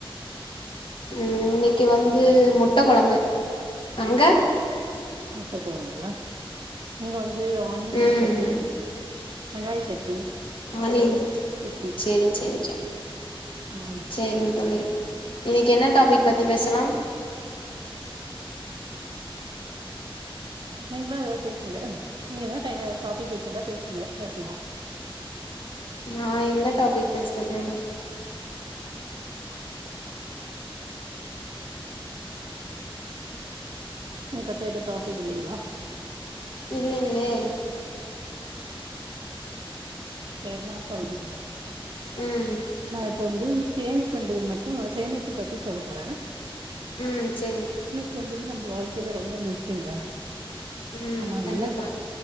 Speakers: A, on the left; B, on the right.
A: ம் இன்னிக்கு வந்து மு முட்ட கொழம்பு அங்க
B: முட்ட கொழம்புங்களா இங்க வந் து ஆனியன்
A: ம்
B: சட்னி வெங்காய சட்னி
A: ஆனின்
B: இட்லி
A: சேரி சேரி சேரி
B: ம்
A: சேரிங்க தோழி இன்னிக்கு என்ன டாபிக் பத்தி பேசலாம்
B: நீங்களு எதாவது பேசுங்க நீங்க எதாவது டாபிக் வெச்சுருந்தா பேசுங்க பேசலா
A: ஆ என்ன டாபிக் பேசுறது
B: உங்க கிட்ட எது டாபிக் இல்லைங்களா
A: இல்லைங்களே
B: சேரி நா சொல்றங்க
A: ம்
B: ந இப்ப வந்து சேமிப்புன்றது மட்டு நா சேமிப்பு பத்தி சொல்ல போறே
A: உம் சேரி
B: சேமிப்புன்றது நம்ம வாழ்க்கையில ரொம்ப முக்கியங்க
A: ம்
B: ஆமாங்கல்ல
A: கண்டிப்பா